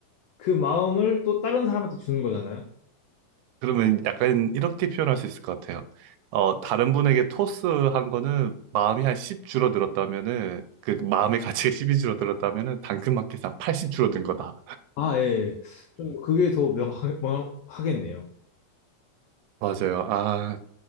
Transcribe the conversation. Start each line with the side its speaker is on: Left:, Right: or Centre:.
Left: 그 마음을 또 다른 사람한테 주는 거잖아요.
Right: 그러면 약간 이렇게 표현할 수 있을 것 같아요. 어, 다른 분에게 토스한 거는 마음이 한 10 줄어들었다면은, 그 마음의 가치가 10이 줄어들었다면은 당근마켓에 한80 줄어든 거다.
Left: 아, 예. 예. 좀 그게 더 명확, 명확하겠네요.
Right: 맞아요. 아,